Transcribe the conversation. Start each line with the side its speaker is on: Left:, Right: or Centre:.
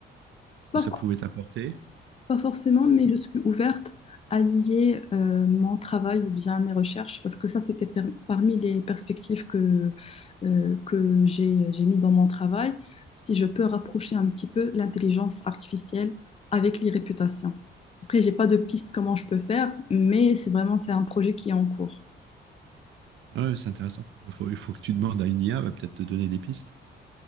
Right: ce
Left: Pas
Right: que ça pouvait t'apporter.
Left: Pas forcément, mais je suis ouverte à lier euh, mon travail ou bien mes recherches, parce que ça, c'était per- parmi les perspectives que, euh, que j'ai, j'ai mis dans mon travail, si je peux rapprocher un petit peu l'intelligence artificielle avec les réputations. Après, j'ai pas de piste comment je peux faire, mais c'est vraiment, c'est un projet qui est en cours.
Right: Ah Ouais, c'est intéressant. Il faut, il faut que tu demandes à une IA, elle va peut-être te donner des pistes.